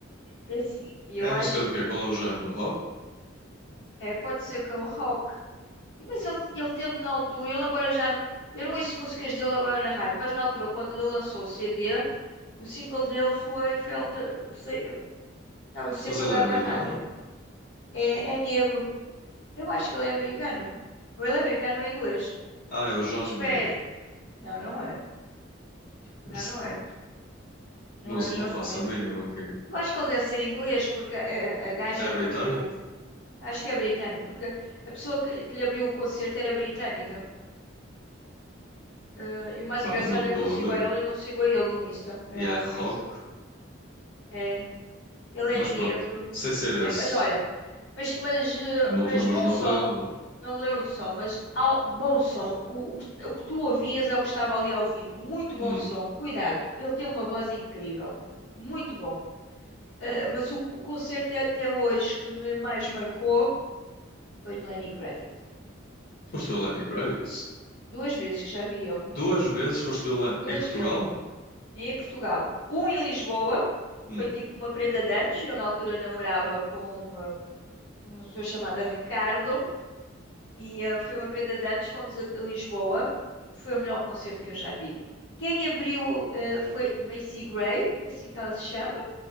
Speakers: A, on the left; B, on the left.
A: assim, eu
B: É música
A: acho
B: de quê? Qual é o género? Rock?
A: É, pode ser com o rock. E, Mas ele, ele teve na altura, ele agora já não. Eu não ouço músicas dele agora na rádio, mas na altura, quando ele lançou o CD, o single dele foi. foi alter- se- Estava sempre
B: Mas ele
A: a dar
B: é americano?
A: na rádio. É, é negro. Eu acho que ele é americano. Ou ele é americano ou é inglês?
B: Ah, é o John
A: Espera.
B: Mayer.
A: Não, não é.
B: <laughs>
A: Não,
B: Eu sei.
A: não é. Não
B: Não,
A: é
B: se-
A: o John
B: não faço
A: Mayer.
B: a mínima. Quem...
A: Eu acho que ele deve ser inglês, porque a, a gaja
B: É
A: que
B: britânico?
A: abriu. Acho que é britânico, porque a pessoa que, que lhe abriu o concerto era britânica. Ah, e o mais
B: Pá,
A: engraçado
B: não estou
A: é que eu sigo
B: a ver.
A: a ela e não sigo a ele no Insta. Vê
B: E
A: lá
B: é rock?
A: como é que sou. É, ele
B: Mas
A: é negro.
B: pronto, sem ser esse.
A: É, mas olha, mas, mas, eh,
B: Não
A: mas
B: te lembras
A: bom
B: o nome
A: som,
B: dele, não é?
A: não me lembro do som, mas ao, bom som, o, o, que, o que tu ouvias é o que estava ali ao vivo. Muito bom
B: Hum.
A: som, cuidado, ele tem uma voz incrível, muito bom. Eh, mas o, o concerto é até hoje que me mais marcou foi de Lenny Kravitz.
B: Foste ver o Lenny Kravitz?
A: Duas vezes que já vi ele,
B: Duas vezes foste ver o Lenny...
A: duas
B: Em Portugal?
A: vezes. em Portugal. Um em Lisboa,
B: Hum.
A: foi tipo uma prenda de anos. Eu na altura namorava com ah, uma pessoa chamada Ricardo e ah, foi uma prenda de anos. Fomos a a Lisboa, foi o melhor concerto que eu já vi. Quem abriu ah, foi Macy Gray, é assim que ela se chama.